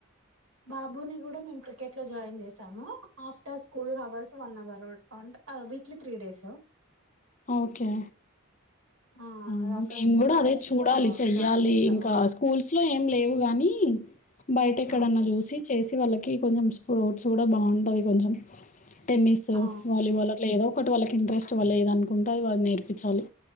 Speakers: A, on the right; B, on the left.
A: బాబుని కూడా మేము క్రికెట్ లో జాయిన్ చేసాం చేసాము after school hours one hour weekly three days
B: okay
A: ఆ
B: అవును
A: ఆఫ్టర్
B: మేము
A: స్కూల్
B: కూడా
A: అవర్స్
B: అదే చూడాలి
A: లో
B: చెయ్యాలి
A: జాయిన్ చేసాము
B: ఇంకా స్కూల్స్ లో ఏం లేవు గాని, తీ బయట ఎక్కడన్నా
A: ఓకే.
B: చూసి చేసి వాళ్ళకి కొంచెం స్ప్రౌట్స్ కూడా బాగుంటాయి కొంచెం టెన్నిసు
A: ఆ!
B: వాలీబాల్ అట్ల ఏదో ఒక్ ఒకటి వాళ్కి ఇంట్రెస్ట్ వాళ్లు ఏదనుక్ ఉంటాది వాది నేర్పించాలి